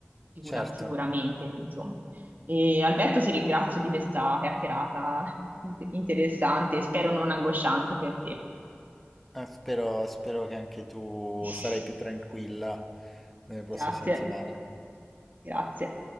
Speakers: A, on the right (about 45°); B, in the centre.
A: sicura-
B: Certo,
A: sicuramente, insomma. E, Alberto, ti ringrazio di questa chiacchierata in- interessante, spero non angosciante per te.
B: Eh, spero, spero che anche tu
A: <laughs>
B: sarai più tranquilla nelle prossime
A: Grazie,
B: settimane.
A: grazie.